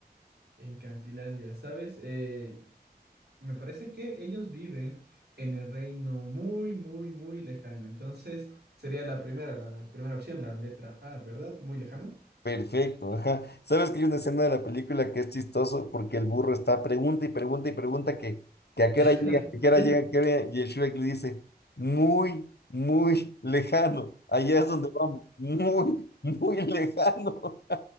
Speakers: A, on the right; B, on the left.
A: En Cantilandia, ¿sabes? Eh, Me parece que ellos viven en el reino muy, muy, muy lejano. Entonces, sería la primera, la primera opción, la letra A, ¿verdad? Muy lejano.
B: Perfecto, ajá. ¿Sabes que hay una escena de la película que es chistoso porque el burro está pregunta y pregunta y pregunta que, que a qué
A: <laughs>
B: hora llega, que a qué hora llega, que a qué hora llega, y el Shrek le dice, muy, muy lejano, allá es donde vamos, muy, muy lejano.